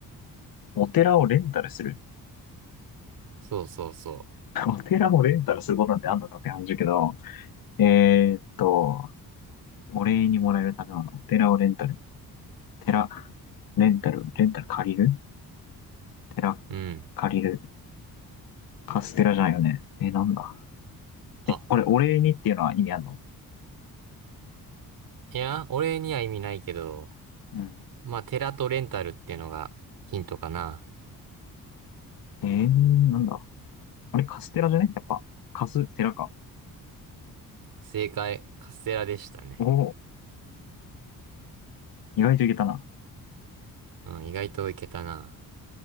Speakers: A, on the left (about 70°); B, on the right (about 70°).
A: お寺をレンタルする。
B: そうそうそ
A: <laughs> お寺をレンタルすることなんてあんのかって感じだけど、えーっと、お礼にもらえるためは、あのお寺をレンタル。寺、レンタル、レンタル借りる寺、
B: う。うん。
A: 借りる。カステラじゃないよね。えーなんだ。
B: あ、
A: これ、お礼にっていうのは意味あるの
B: いや、お礼には意味ないけど、
A: うん。
B: まあ、寺とレンタルってのがヒントかな。
A: えー、なんだ。あれ、カステラじゃねやっぱ、カステラか。
B: 正解、カステラでしたね。
A: おお、意外といけたな。
B: うん、意外といけたな。